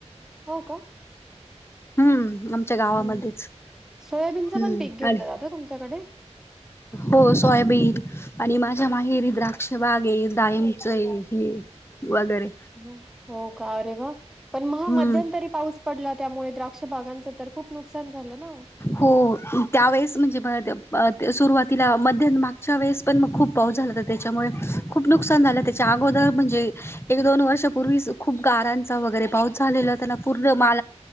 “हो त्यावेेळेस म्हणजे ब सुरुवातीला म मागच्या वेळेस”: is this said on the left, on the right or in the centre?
Left